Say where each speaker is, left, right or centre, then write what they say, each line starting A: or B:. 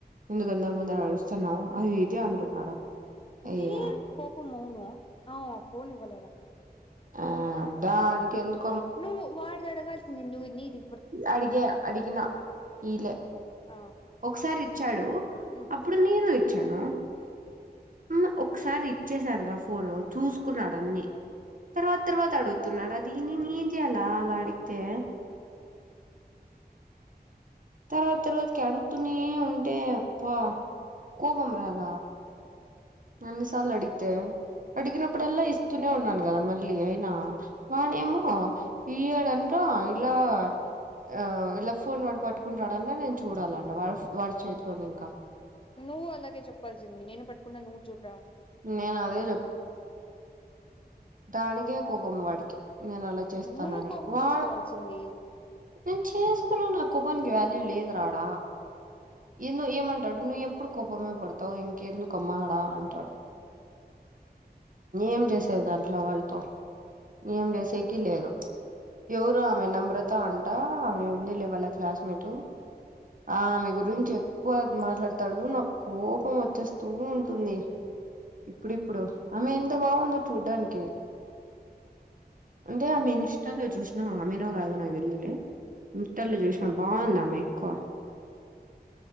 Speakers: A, on the right (about 55°); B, on the left (about 30°).
A: ఎందుకు అందరి ముందర అరుస్తున్నావు అది ఇది అంటున్నాడు అయ్య
B: దేనికి కోపం అవును అవ్ ఫోన్ ఇవ్వలేదా
A: ఆ దానికి ఎందుక్
B: నువ్వు వాడిది అడగల్సింది నువ్ నిది
A: అడిగా అడిగిన ఇలే
B: ఆ
A: ఒక్కసారి ఇచ్చాడు
B: ఆ
A: అప్పుడు నేను ఇచ్చాను
B: ఆ
A: ఉమ్మ్ ఒక్కసారి ఇచ్చేసాను నా ఫోన్ ను చూసుకున్నాడు అన్ని తర్వాత తర్వాత అడుగుతున్నాడు అది నేనేం చేయాలి అలా అడిగితే తర్వాత తర్వాత కి అడుగుతూనే ఉంటే అప్ప కోపం రాధ అన్నిసార్లు అడిగితే అడిగినప్పుడు అల్ల ఇస్తూనే ఉన్నాను కదా మళ్ళీ అయినా నాణేమో ఇయ్యాడు అంట ఇలా ఆ ఇలా ఫోన్ వాడు పట్టుకుంటాడు అంట నేను చూడాలంట వా వాడి చేతిలో నింకా
B: నువ్వు అలాగే చెప్పాల్సింది నేను పట్ కున్నా నువ్వు చూదా
A: నేను అదే తానికే కోపం వాడికి నేను అలా చేస్తానని
B: నువ్వు కోపం
A: వా
B: చేసుకోవాల్సింది
A: నేను చేసుకోనన్నా ఆ కోపానికి వాల్యూ లేదు రా ఆడ ఇన్ ఏమంటాడు ను ఇప్ ప్పుడు కోపమే పడతావు ఇంకా ఎందుకమ్మా ఆడ అంటాడు ఏం చేసే తే దాంట్లో వాళ్ళతో ఏం చేసేకి లేదు ఎవరో ఆమె నమ్రత అంటా ఆమె ఉంది లే వాళ్ళ క్లాస్మేట్ ఆమె గురించి ఎక్కువ మాట్లాడతాడు నాక్ కోపం వచ్చేస్తూ ఉంటుంది ఇప్పుడిప్పుడు ఆమె ఎంత బాగుందో చూడ్డానిక్ అంటే ఆమె ఇన్స్టాలో చూసినావ్ ఆమెనో కాదో నాకు తెల్దులే ఇన్ తర్లో చూసినా బాగుంది ఆమె ఎక్కువ
B: అ